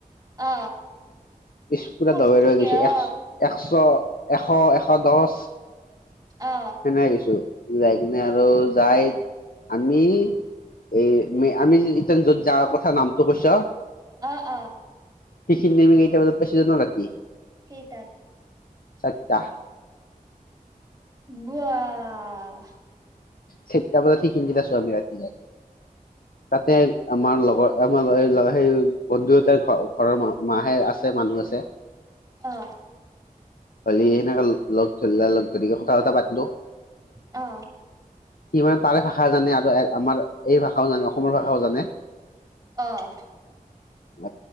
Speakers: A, on the right; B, on the left.
A: অ
B: ইচপুৰা
A: ফুৰ
B: দবাই
A: ফুৰকে
B: ৰ গৈছো
A: অ
B: এক এশ এশ এশ দহ
A: অ
B: সেনে কিছু যাই কিনে আৰু যাই আমি এই আমি ইতি য'ত যাৰ কথা নামটো কৈছ
A: অ অ অ
B: সেইখিন নেমি কেইটা বজাত পাইছে জান ৰাতি?
A: কেইটাত?
B: চাৰিটা।
A: বোৱাহ! !
B: চাইটা বজাত সেইখিনকেইটা চমি ৰাতি যায় তাতে আমাৰ লগৰ আমাৰ সেই বন্ধু এটাৰ ঘৰ ঘৰৰ মাহে আছে মানুহ আছে।
A: অ।
B: কালি সেনেকে লগ ধৰিলা লগ ধৰিকে কথা- চথা পাতিলো।
A: অ।
B: সি মানে তাৰে ভাষা জানে আৰু আমাৰ এই ভাষাও জানে অসমৰ ভাষাও জানে <unintelligible>
A: অ',